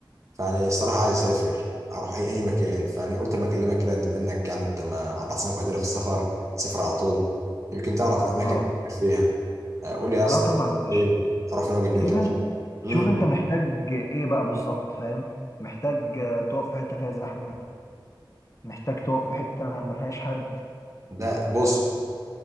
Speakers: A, on the right; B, on the left.
A: فانا الصراحه عايز اسافر اروح اي اي مكان فانا قلت اما اكلمك كده انت منك يعني انت ما قطع سنك وقدرها في السفر سافر على طول يمكن تعرف اماكن
B: اه
A: فيها قول لي يا اسطى
B: اه طبعا يا
A: ايه
B: باشا
A: اروح فين واجي منين
B: شوف
A: كده
B: انت
A: امم
B: شوف انت محتاج ايه بقى بالظبط فاهم محتاج آه، تقف في حته فيها زحمه محتاج تقف في حته ما فيهاش حد
A: ده بص
B: فاهم